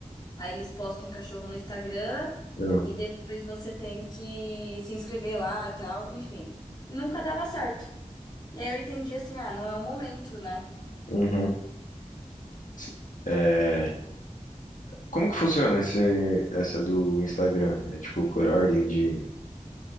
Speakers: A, on the left; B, on the left.
A: Aí eles postam um cachorro no Instagram
B: eu-
A: e depois você tem que se inscrever lá e tal, enfim. Nunca dava certo. E aí eu entendi assim, ah, não é o momento, né?
B: uhum. se- É, como que funciona esse, essa do Instagram? É tipo por ordem de...